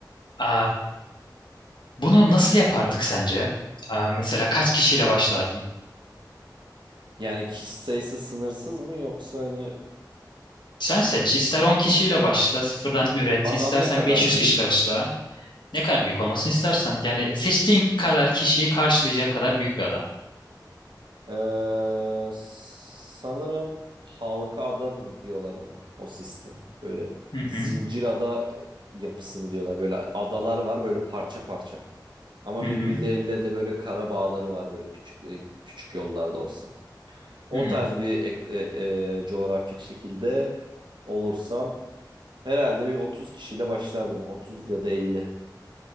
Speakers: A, on the left; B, on the right.
A: E, bunu nasıl yapardık sence? E, mesela kaç kişiyle başlardın?
B: Yani kişi sayısı sınırsız mı yoksa hani
A: Sen seç. İster 10 kişiyle başla, sıfırdan üret.
B: adam
A: istersen
B: ne kadar
A: 500
B: büyük?
A: kişiyle başla. Ne kadar büyük olmasını istersen. Yani seçtiğin kadar kişiyi karşılayacak kadar büyük bir ada.
B: Ee, sanırım halka adamın diyorlar ona o sistemi. Böyle
A: Hı hı.
B: zincir ada yapısı mı diyorlar. Böyle adalar var böyle parça parça. Ama
A: Hı
B: birbirleriyle
A: hı.
B: de böyle kara bağları var böyle küçük e, küçük yollarda olsa. O
A: Hı.
B: tarz bir ek- e, e, coğrafik şekilde olursam herhalde bir 30 kişiyle başlardım. 30 ya da 50.